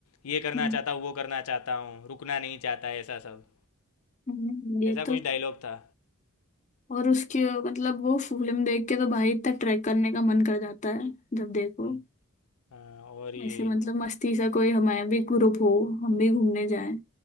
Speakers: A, on the left; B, on the left.
A: ये करना
B: हम्म,
A: चाहता हूँ वो करना चाहता हूँ रुकना नहीं चाहता ऐसा सब
B: हम्म। ये
A: ऐसा
B: तो
A: कुछ डायलॉग था
B: और उसके मतलब वो फिल्म देख के तो भाई इतना ट्रैक करने का मन कर जाता है जब देखो
A: हम्म। हाँ, और ये
B: ऐसे मतलब मस्ती सा कोई हमारा भी ग्रुप हो हम भी घूमने जाएं